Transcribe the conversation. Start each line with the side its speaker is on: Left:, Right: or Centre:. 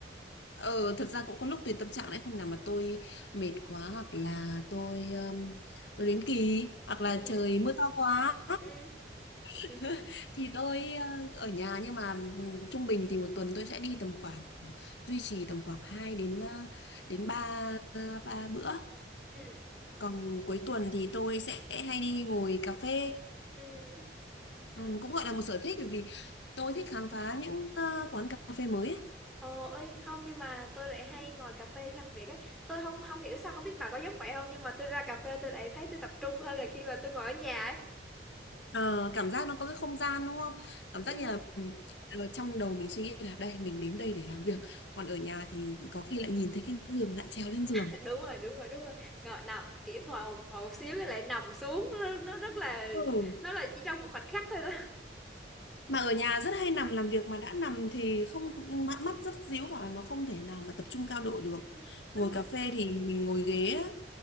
Left: ờ thật ra cũng có lúc tùy tâm trạng đấy hôm nào mà tôi mệt quá hoặc là tôi um, đến kỳ hoặc là
Centre: ừ hử,
Left: trời mưa to quá
Centre: ừ
Left: <laughs>
Centre: ừ <laughs>
Left: thì tôi ờ, ở nhà nhưng mà ừ, trung bình thì một tuần tôi sẽ đi tầm khoảng duy trì tầm khoảng 2 đến ờ, đến 3 ba bữa.
Centre: ừ
Left: Còn cuối tuần thì tôi sẽ hay đi ngồi cà phê.
Centre: ừ ừ.
Left: Ừ, cũng gọi là một sở thích bởi vì tôi thích khám phá những ờ, quán cà phê mới ấy.
Centre: ồ ơi không nhưng mà tôi lại hay ngồi cà phê để làm việc ấy tôi không không hiểu sao không biết bà có giống vậy không nhưng mà tôi ra cà phê tôi lại thấy tôi tập trung hơn là khi mà tôi ngồi ở nhà ấy
Left: Ờ, cảm giác nó có cái không gian đúng không? Cảm
Centre: đúng
Left: giác như
Centre: rồi
Left: là ừ, trong đầu mình suy nghĩ là đây mình đến đây để làm việc, còn ở nhà thì có khi lại nhìn thấy cái giường lại trèo lên giường.
Centre: <laughs> đúng rồi đúng rồi đúng rồi ngồi nằm kiểu ngồi ngồi một xíu cái lại nằm xuống nó, nó rất là
Left: Ừ.
Centre: nó là chỉ trong một khoảnh khắc thôi đó.
Left: mà ở nhà rất hay nằm làm việc mà đã nằm thì không mắt, mắt rất díu và nó không thể nào mà tập trung cao độ được
Centre: Ừ, đúng
Left: ngồi
Centre: rồi
Left: cà phê thì mình ngồi ghế á,